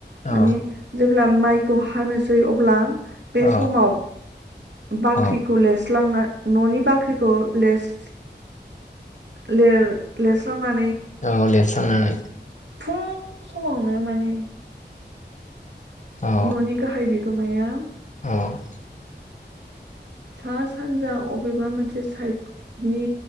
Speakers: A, on the left (about 40°); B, on the right (about 75°).
A: औ
B: माने जेब्ला माइ खौ हानोसै अब्ला बे
A: औ
B: समाव बाख्रि
A: औ
B: कलेज सिस्लांना न'नि बाख्रिखौ लेस लेर लेरस्रांना
A: औ ले थांनानै
B: गोबां समावनो माने
A: औ
B: न'नि गाहाय बि गोमाया
A: औ
B: सा सानजा अबेबा मोनसे साइदनि